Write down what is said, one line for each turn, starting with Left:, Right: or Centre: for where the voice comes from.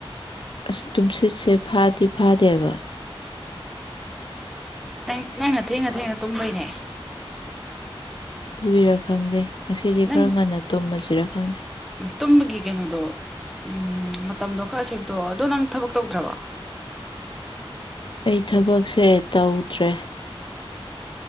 Left: ꯑꯁ ꯇꯨꯝꯁꯤꯠꯁꯦ ꯐꯥꯗꯤ ꯐꯥꯗꯦꯕ
Centre: ꯅꯪ ꯅꯪꯅ ꯊꯦꯡꯅ ꯊꯦꯡꯅ ꯇꯨꯝꯕꯩꯅꯦ
Left: ꯗꯨꯏꯔ ꯈꯪꯗꯦ ꯉꯁꯤꯗꯤ
Centre: ꯅꯪ
Left: ꯈꯔ ꯉꯟꯅ ꯇꯨꯝꯃꯁꯤꯔ ꯈꯪꯗꯦ
Centre: ꯇꯨꯝꯕꯒꯤ ꯀꯩꯅꯣꯗꯣ ꯎꯝ ꯃꯇꯝꯗꯣ ꯈꯔ ꯁ‌ꯦꯝꯗ‌ꯣꯛꯑꯣ ꯑꯗꯣ ꯅꯪ ꯊꯕꯛ ꯇꯧꯗ꯭ꯔꯕ‌ꯣ
Left: ꯑꯩ ꯊꯕꯛꯁꯦ ꯇꯧꯗ꯭ꯔꯦ